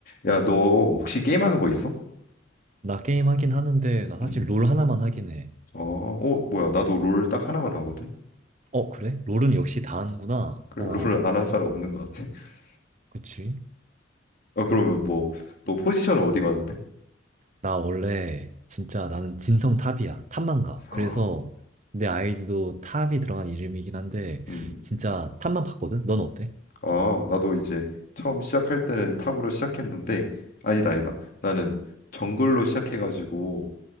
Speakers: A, on the left; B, on the right.
A: 야, 너 혹시 게임하는 거 있어?
B: 나 게임 하긴 하는데 나 사실
A: 음.
B: 롤 하나만 하긴 해.
A: 아, 어, 뭐야. 나도 롤 딱 하나만 하거든?
B: 어, 그래? 롤은 역시 다 하는구나.
A: 그래,
B: 어, 어,
A: <laughs> 롤을 안 한 사람 없는 것 같아. <laughs>
B: 그치?
A: 아, 그러면 뭐, 너 포지션은 어디 가는데?
B: 나 원래 진짜 나는 진성 탑이야. 탑만 가.
A: <gasps>
B: 그래서 내 아이디도 탑이 들어간 이름이긴 한데
A: 음.
B: 진짜 탑만 봤거든? 넌 어때?
A: 아, 나도 이제 처음 시작할 때는 탑으로 시작했는데, 아니다, 아니다. 나는 정글로 시작해가지고